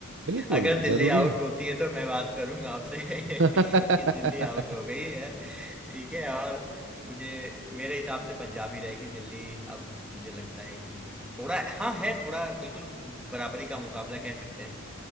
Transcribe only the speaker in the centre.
अगर दिल्ली
आउट
होती है तो मैं बात करूंगा आपसे <laughs>
कि दिल्ली आउट हो गई है ठीक है और मुझे मेरे हिसाब से पंजाब ही रहेगी दिल्ली अब मुझे लगता है कि थोड़ा हाँ है थोड़ा बिल्कुल बराबरी का मुकाबला कह सकते हैं